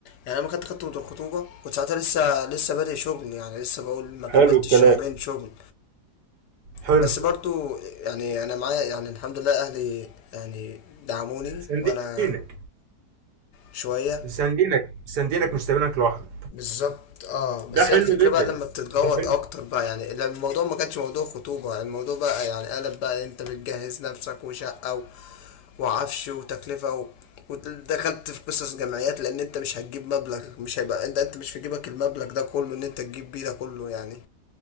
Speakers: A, on the left; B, on the right.
A: يعني انا ما كنت خدت الخطوبة كنت ساعتها لسه لسه بادئ شغل يعني لسه بقول ما
B: حلو
A: كملتش
B: الكلام
A: شهرين شغل
B: حلو
A: بس برضه يعني انا معايا يعني الحمد لله اهلي يعني دعموني
B: سندينك
A: وانا شوية
B: سندينك سندينك مش سايبينك لوحدك
A: بالظبط اه بس
B: ده حلو
A: هي الفكرة
B: جدا
A: بقى لما بتتجوط
B: ده حلو
A: اكتر بقى يعني لأن الموضوع ما كانش موضوع خطوبة الموضوع بقى يعني قلب بقى إيه، انت بتجهز نفسك وشقة و... وعفش وتكلفة و... ودخلت في قصص جمعيات لان انت مش هتجيب مبلغ مش هيبقى انت انت مش في جيبك المبلغ ده كله ان انت تجيب بيه ده كله يعني